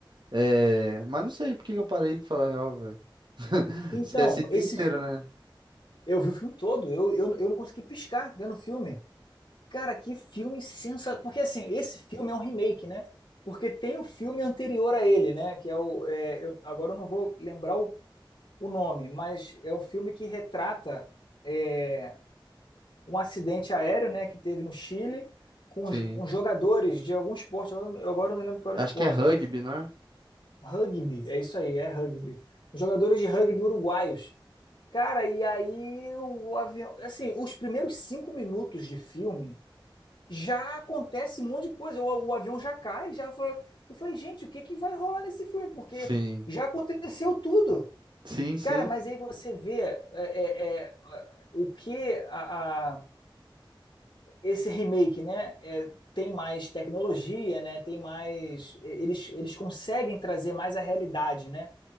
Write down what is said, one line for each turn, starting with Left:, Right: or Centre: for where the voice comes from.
Right: É, mas não sei por que que eu parei de falar a real, velho.
Left: Então,
Right: Você assistiu
Left: esse
Right: inteiro, né?
Left: eu vi o filme todo, eu, eu, eu não consegui piscar vendo o filme. Cara, que filme sensacional. Porque assim, esse filme é um remake, né? Porque tem o filme anterior a ele, né? Que é o. é, eu- agora eu não vou lembrar o, o nome, mas é o filme que retrata é, um acidente aéreo, né? Que teve no Chile com
Right: Sim.
Left: os, uns jogadores de algum esporte. Agora, eu- agora eu não lembro qual
Right: Acho
Left: era o esporte,
Right: que é rugby,
Left: não sei se.
Right: não é?
Left: é Rugby, é isso aí, é rugby. Os jogadores de rugby uruguaios. Cara, e aí o avião. Assim, os primeiros cinco minutos de filme já acontece um monte de coisa. O, o avião já cai, já falou. Eu falei, gente, o que que vai rolar nesse filme? Porque
Right: Sim.
Left: já aconteceu tudo.
Right: Sim, sim.
Left: Cara, mas aí você vê é, é, é, o que a, a- esse remake, né? é, tem mais tecnologia, né? Tem mais. Eles, eles conseguem trazer mais a realidade, né?